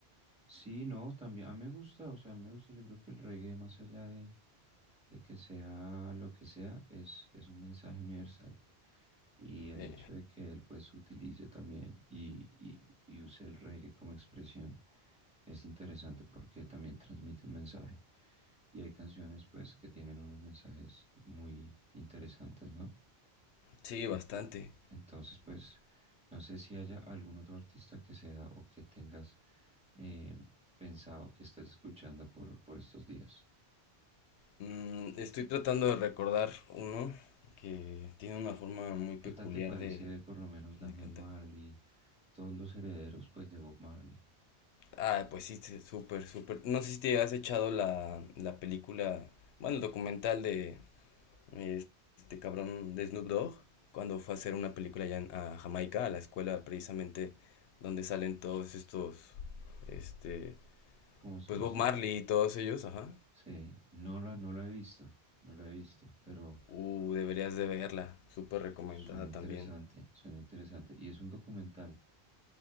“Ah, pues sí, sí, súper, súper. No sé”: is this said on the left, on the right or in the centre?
Left